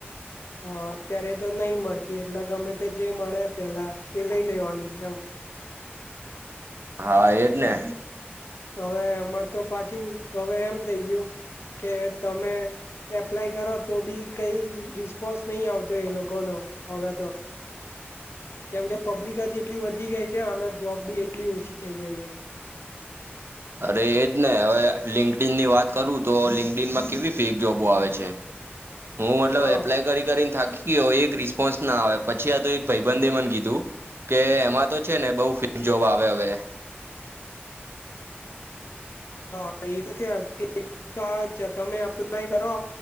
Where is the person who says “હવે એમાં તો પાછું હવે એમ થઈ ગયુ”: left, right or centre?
Left